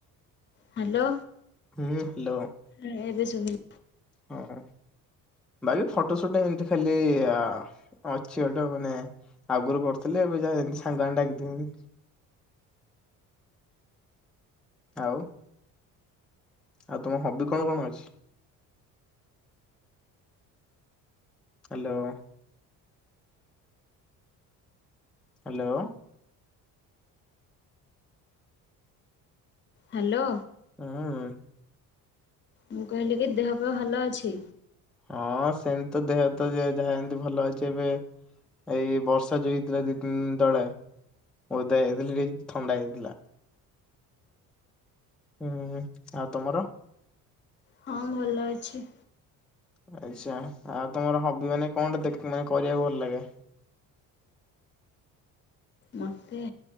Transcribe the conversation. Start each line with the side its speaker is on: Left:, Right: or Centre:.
Left: ହ୍ୟାଲୋ।
Centre: ହୁଁ, ହ୍ୟାଲୋ।
Left: ହଁ ଏବେ ଶୁଭିଲା।
Centre: ହଁ ହଁ। ଭାଇ ଫଟୋ ସୁଟ୍ ହେମିତି ଖାଲି ଆ ଅଛି ଗୋଟେ ମାନେ ଆଗରୁ କରୁଥିଲି ଏବେ ଯାହା ଯେମିତି ସାଙ୍ଗମାନେ ଡାକି ଦିଅନ୍ତି। ଆଉ। ଆଉ ତମ ହବି କଣ କଣ ଅଛି? ହ୍ୟାଲୋ। ହ୍ୟାଲୋ।
Left: ହ୍ୟାଲୋ।
Centre: ହୁଁ।
Left: ମୁଁ କହିଲି କି ଦେହପାହ ଭଲ ଅଛି।
Centre: ହଁ ସେମିତି ତ ଦେହ ତ ଯାହା ଏମିତି ଭଲ ଅଛି ଏବେ। ଏଇ ବର୍ଷା ଯୋଉ ହେଇଥିଲା ଦିଇ ତିନି ଦିନ ତଳେ ଓଦା ହେଇଥିଲି, ଥଣ୍ଡା ହେଇଥିଲା। ହୁଁ, ଆଉ ତମର।
Left: ହଁ, ଭଲ ଅଛି।
Centre: ଆଚ୍ଛା, ଆଉ ତମର ହବି ମାନେ କଣଟା ଦେଖି ମାନେ କରିବାକୁ ଭଲ ଲାଗେ।
Left: ମତେ,